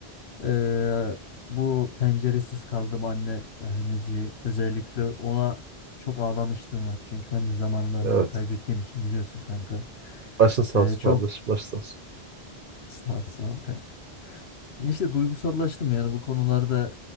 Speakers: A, on the left; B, on the right.
A: E, bu penceresiz kaldım anne e, müziği özellikle ona çok ağlamıştım var. Çünkü ben de zamanında annemi
B: Evet.
A: kaybettiğim için biliyorsun kanka.
B: Başın sağ
A: E,
B: olsun
A: çok
B: kardeşim. Başın sağ olsun.
A: Sağ ol, sağ ol kanka. İşte duygusallaştım yani bu konularda